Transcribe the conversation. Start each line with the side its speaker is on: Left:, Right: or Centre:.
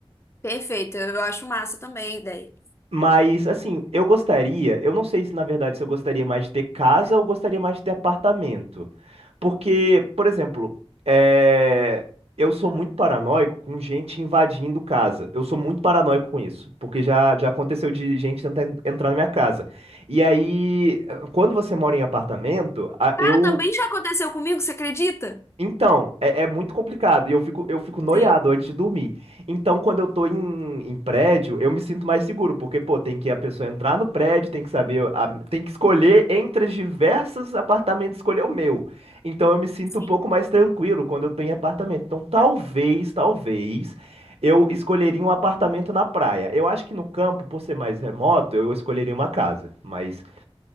Left: Perfeito, eu acho massa também a ideia.
Right: Mas, assim, eu gostaria, eu não sei se na verdade se eu gostaria mais de ter casa ou gostaria mais de ter apartamento. Porque, por exemplo, é, eu sou muito paranoico com gente invadindo casa. Eu sou muito paranoico com isso, porque já, já aconteceu de gente tentar en- entrar na minha casa. E aí, quando você mora em apartamento, a-
Left: Cara,
Right: eu,
Left: também já aconteceu comigo, você acredita?
Right: Então, é, é muito complicado e eu fico, eu fico noiado
Left: Sim,
Right: antes de dormir. Então, quando eu tô em, em prédio, eu me sinto mais seguro, porque, pô, tem que a pessoa entrar no prédio, tem que saber, a- tem que escolher entre os diversos apartamentos, escolher o meu. Então, eu me sinto
Left: sim.
Right: um pouco mais tranquilo quando eu tô em apartamento. Então, talvez, talvez, eu escolheria um apartamento na praia. Eu acho que no campo, por ser mais remoto, eu escolheria uma casa, mas,